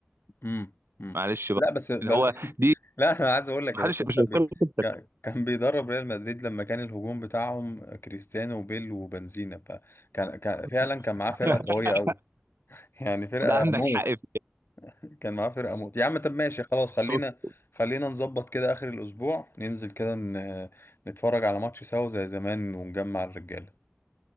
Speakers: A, on the left; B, on the right.
A: امم امم
B: معلش بقى
A: لا بس ب...
B: اللي
A: <laughs>
B: هو دي
A: لا انا عايز اقول لك
B: محدش
A: يا باشا انت
B: مش هيتكلم
A: بي...
B: كده.
A: كان كان بيدرب ريال مدريد لما كان الهجوم بتاعهم كريستيانو وبيل وبنزينا فكان كان فعلا
B: <laughs>
A: كان معاه فرقه قويه قوي يعني فرقة
B: ده عندك
A: موت
B: حق فيه.
A: كان معاه فرقة موت يا عم طب ماشي خلاص خلينا
B: بس بص،
A: خلينا نظبط كده آخر الأسبوع ننزل كده ن... نتفرج على ماتش سوا زي زمان ونجمع الرجالة